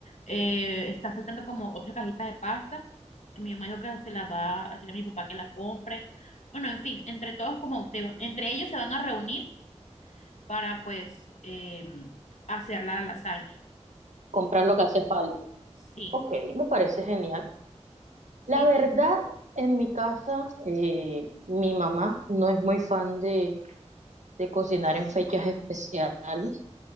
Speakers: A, on the left (about 75°); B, on the right (about 80°).
A: eh, está faltando como otra cajita de pastas, que mi mamá dijo que se la va a decir a mi papá que la compre. Bueno, en fin, entre todos como se va- entre ellos se van a reunir para pues eh, hacer la lasaña.
B: Comprar lo que hace falta.
A: Sí,
B: Ok, me parece genial.
A: sí,
B: La verdad,
A: tú
B: en mi casa, eh, mi mamá no es muy fan de, de cocinar en fechas especiales